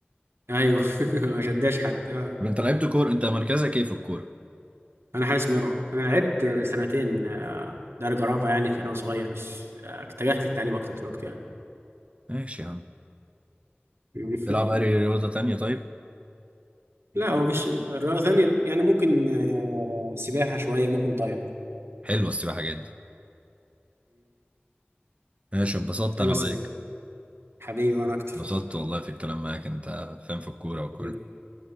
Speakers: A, on the right (about 85°); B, on the right (about 30°).
A: ايوه <laughs> ما شداش حد آه.
B: طب انت لعبت كورة انت مركزك ايه في الكورة
A: انا حارس مرمى انا لعبت سنتين آه، درجه رابعه يعني فانا صغير بس آه، اتجهت للتعليم اكتر في الوقت يعني
B: ماشي يا عم
A: <laughs>
B: تلعب اي رياضة تانية طيب
A: لا هو مش رياضه ثانيه يعني ممكن آه، سباحه شويه ممكن طايره
B: حلوة السباحة جدا ماشي اتبسطت
A: حلوه
B: انا
A: السباق
B: معاك
A: حبيبي وانا اكتر
B: اتبسطت والله في الكلام معاك انت فاهم في الكورة وكل
A: حبيبي